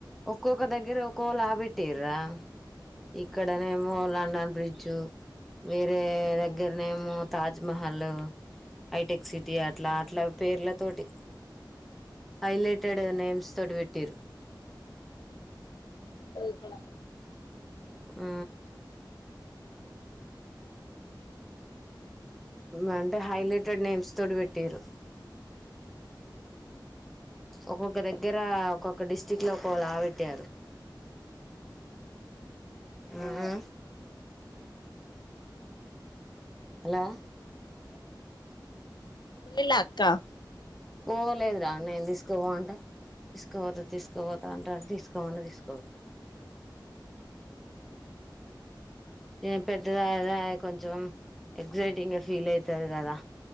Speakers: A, in the centre; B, on the left (about 65°).
A: ఒక్కోక్క దగ్గిర ఒక్కోవళ ఆబట్టరా ఇక్కడనేమో లండన్ బ్రిడ్జు వే
B: అదే
A: దగ్గరనే మ తాజ్మహల్ హైటెక్ సిటీ అట్లా అట్లా పేర్లతోటి హైలైటెడ్
B: ఇక్కడేమో
A: నేమ్స్ తోటి పెట్టటిరు
B: ఇక్కడే
A: ఆ అంటే హైలైటెడ్ నేమ్స్ తోటి పెట్టారు ఒక్కొక్క దగ్గర ఒక్కొక్క డిస్టిరిక్ట్ లో ఒక్కొ లా పెట్టారు ఆ ఆ హలో
B: వేల అక్క
A: పోలేదురా నేను తీసుకోపోంటా తీసుకోపోతా తీసుకోపోతా అంట తీసుకోవని తీసుకోపోతా ఏం పెద్ద కొంచెం ఎగజైటింగ్ గా ఫీల్ అవుతది కదా